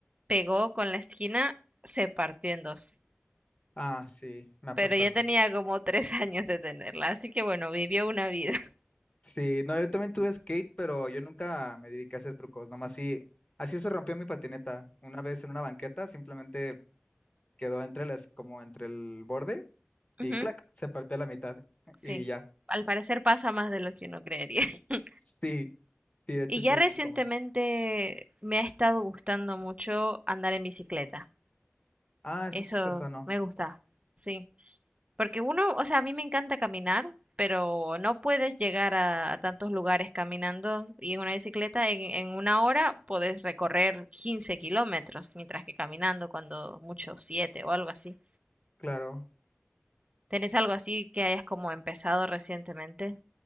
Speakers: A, on the right (about 30°); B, on the left (about 30°).
A: pegó con la esquina, se partió en dos.
B: Ah, sí, me ha
A: Pero
B: pasado.
A: ya tenía como tres <laughs> años de tenerla, así que bueno, vivió una vida. <laughs>
B: Sí, no, yo también tuve skate, pero yo nunca me dediqué a hacer trucos, nomás sí, así se rompió mi patineta. Una vez en una banqueta, simplemente quedó entre las, como entre el borde y
A: Ujú,
B: clac, se partió a la mitad
A: sí,
B: y ya.
A: al parecer pasa más de lo que uno creería. <laughs>
B: Sí, sí, de hecho
A: Y
B: sí
A: ya
B: es
A: recientemente
B: muy común.
A: me ha estado gustando mucho andar en bicicleta.
B: Ah, eso
A: Eso
B: es súper sano,
A: me gusta, sí. Porque uno, o sea, a mí me encanta caminar, pero no puedes llegar a, a tantos lugares caminando y en una bicicleta en, en una hora puedes recorrer 15 kilómetros, mientras que caminando cuando mucho 7 o algo así.
B: claro.
A: ¿Tenés algo así que hayas como empezado recientemente?